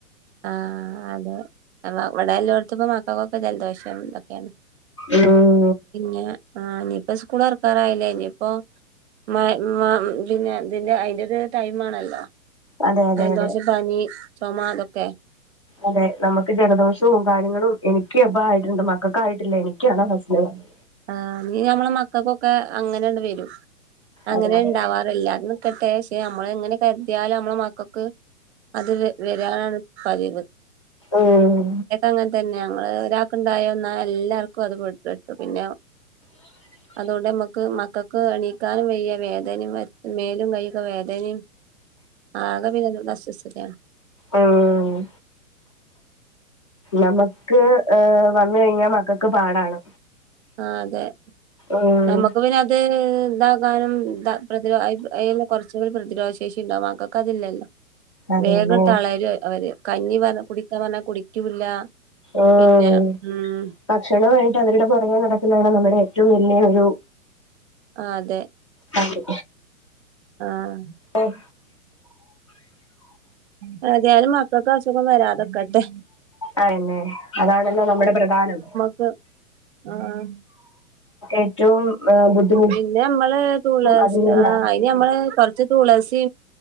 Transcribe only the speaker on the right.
ആഹ് അതെ എവ ഇവടെല്ലോട്തുപ മക്കക്കൊക്കെ ജൽദോഷം തൊക്കെയാണ്
പിന്നെ ആഹ് ഇഞിപ്പോ സ്കൂളൊർ ക്കാറായില്ലേ ഞിപ്പോ <unintelligible> പിന്നെ ഇതിന്റെ അതിന്റെ ഒരു ടൈം ആണല്ലോ
ജലദോശം,
പനി, ചുമ, ഇതൊക്കെ
ആഹ് നീ ഞമ്മളെ മക്കൾക്കൊക്കെ അങ്ങനെയണ്ട വരും അങ്ങനെ
ഉണ്ടാവാറല്ല ന്ന് പ്പൊ ടേസ്റ്റ് പെ നമ്മള എങ്ങനെ കരുതിയാലും നമ്മളെ മക്കൾക്ക് അത് വരാനാണ് പതിവ്
അതൊക്കെ അങ്ങനെ തന്നെ ഞങ്ങൾ ഒരാൾക്ക്ണ്ടായോന്നാ എല്ലാർക്കും അത് കിട്ടും പിന്ന
അതുകൊണ്ട് നമുക്ക് മക്കൾക്ക് എണീക്കാനും വയ്യ വേദനയും മേലും കഴൊക്കെ വേദനയും ആഗപ്പിന്നനരു സ്‌വശസത്തതാണ്
ആഹ് അതെ
നമ്മുക്ക് പിന്നെ അത് ഇതാകാനും പ്രതിരോ അയ് കുറച്ചുകൂടി പ്രതിരോധ ശേഷി ഉണ്ടാകുംമക്കക്കതില്ലല്ലോ
വേഗം തളരു അവര് കഞ്ഞി പറഞ്ഞ കുടിക്കാൻ പറഞ്ഞാൽ കുടിക്കൂല്ല
പിന്നെ ഉം
ആഹ് അതെ
ആഹ്
മാറിയാലും മക്കൾക്ക് അസുഖം വരാതക്കട്ടെ
ആഹ് ആഹ് ആഹ്
പിന്നെ മ്മള് തുളസ്
ആയ് ഇ നമ്മള് കൊറച്ച് തുളസി